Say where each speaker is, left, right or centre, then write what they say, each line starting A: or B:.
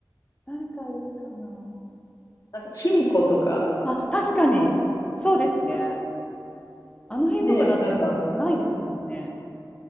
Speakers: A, on the left (about 15°); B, on the left (about 50°).
A: う誰かいるかな
B: なんか、卑弥呼とか、
A: あ、確かに、そうですね。あの辺とかだってもうないですもんね。
B: ねえ、なんか、